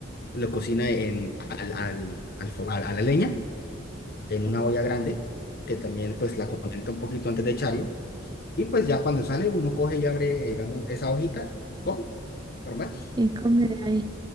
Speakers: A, on the left (about 50°); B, on the right (about 20°).
A: lo cocina en, al, al, al, fo- a a la leña en
B: Ajá.
A: una olla grande, que también pues la conecta un poquito antes de echarlo. Y pues ya cuando sale, uno coge y abre, digamos, esa hojita, y come, normal.
B: Y come de ahí.